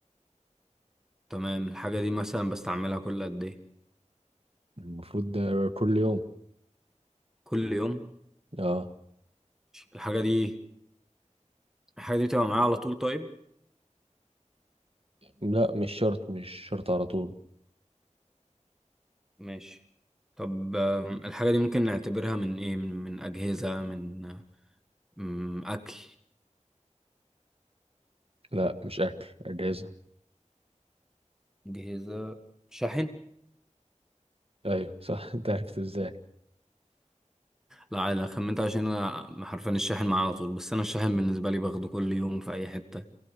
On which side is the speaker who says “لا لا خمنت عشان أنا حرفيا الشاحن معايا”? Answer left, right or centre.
Centre